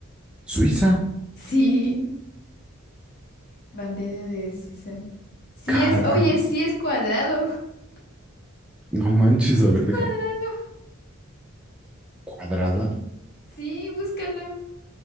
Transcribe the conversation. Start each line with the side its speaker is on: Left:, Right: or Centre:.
Centre: Suiza.
Left: Sí, bandera de Suiza. Sí
Centre: Carajo.
Left: es, oye, sí es cuadrado. <laughs>
Centre: No manches,
Left: Es
Centre: a ver,
Left: cuadrado.
Centre: deja. Cuadrada.
Left: Sí, búscalo.